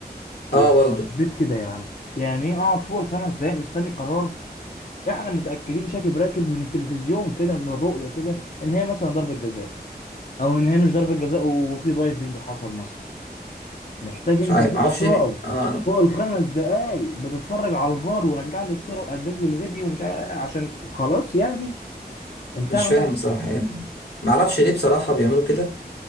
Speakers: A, on the left; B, on the left.
A: يا
B: اه برضو
A: بيت كده يا عم يعني ايه اقعد فوق الخمس دقايق مستني قرار احنا متاكدين شاكب راكب من التلفزيون كده من الرؤيه كده ان هي مثلا ضربه جزاء او ان هي مش ضربه جزاء وفي دايفنج حصل مثلا محتاج
B: مش
A: انت
B: عارف
A: بقى
B: معرفش
A: تقعد
B: ليه بي... آه انا
A: فوق الخمس دقايق بتتفرج على الفار ورجع لي الصورة وقدم لي الفيديو ومش عارف إيه، عشان خلاص يعني انت
B: مش
A: عمل
B: فاهم بصراحة يعني معرفش ليه بصراحة بيعملوا كده